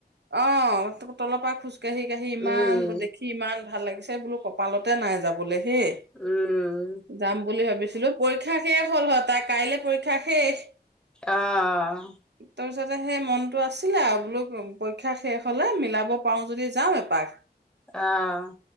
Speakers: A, on the right; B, in the centre.
A: অ', ত তলৰ পৰা খোজ কাহি-কাহি ইমান
B: উম
A: দেখি ইমান ভাল লাগিছে বোলো কপালতে নাই যাবলৈ। সেয়ে,
B: উম
A: যাম বুলি ভাবিছিলো, পৰীক্ষা শেষ হ'ল হয় তাইৰ কাইলৈ পৰী ক্ষা শেষ।
B: অঁ।
A: তাৰপিছতে সেই মনটো আছিলে আৰু বোলো কম পৰীক্ষা শেষ হলে মিলাব পাৰো যদি যাম এপাক।
B: অঁ।